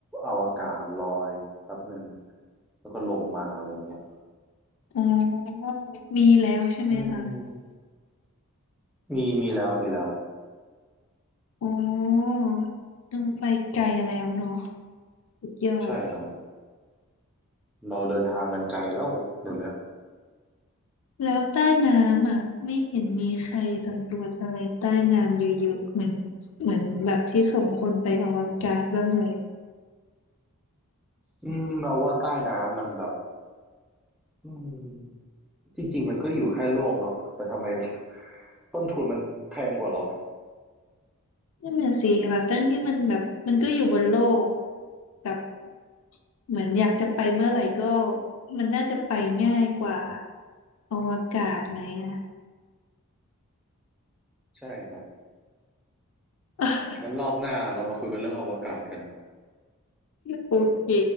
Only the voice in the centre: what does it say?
อวกาศลอยแป๊บหนึ่งแล้วก็ลงมาอะไรอย่างเงี้ย
อืมมีมีแล้วมีแล้ว
ใช่ครับ เราเดินทางกันไกลแล้วหนูเนี่ย
อืมเราว่าใต้น้ำมันแบบอืมจริงๆมันก็อยู่แค่โลกเนาะแต่ทำไม <laughs> ต้นทุนมันแพงกว่าเหรอ
ใช่ครับ
งั้นรอบหน้าเรามาคุยกันเรื่องอวกาศกัน